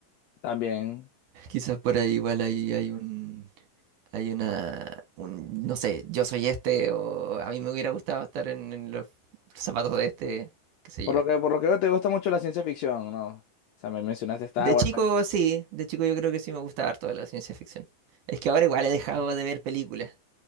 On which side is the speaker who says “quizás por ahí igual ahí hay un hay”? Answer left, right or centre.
Right